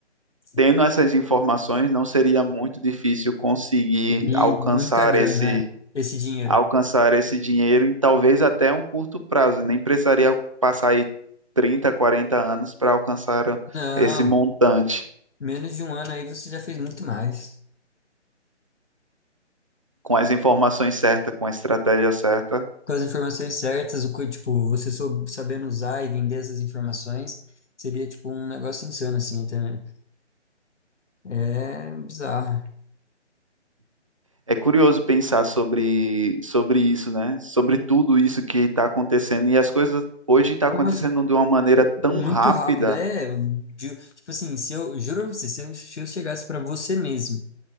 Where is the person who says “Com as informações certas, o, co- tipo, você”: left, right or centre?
Left